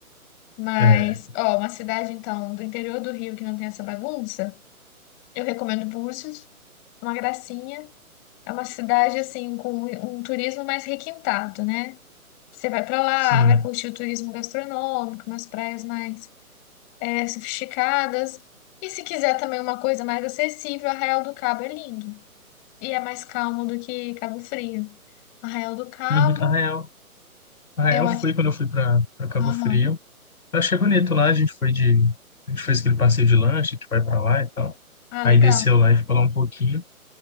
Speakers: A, on the left; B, on the left.
A: Mas,
B: É,
A: ó, uma cidade, então, do interior do Rio que não tem essa bagunça, eu recomendo Búzios, uma gracinha. É uma cidade assim com um um turismo mais requintado, né? Você vai para lá,
B: sim.
A: vai curtir o turismo gastronômico, umas praias mais é, sofisticadas. E se quiser também uma coisa mais acessível, Arraial do Cabo é lindo. E é mais calmo do que Cabo Frio. Arraial do Cabo,
B: Uhum. Arraial. Arraial
A: eu acho.
B: foi quando eu fui para para Cabo
A: Aham.
B: Frio. Eu achei bonito lá, a gente foi de. A gente fez aquele passeio de lanche que vai para lá e tal.
A: Ah,
B: Aí
A: legal.
B: desceu lá e ficou lá um pouquinho.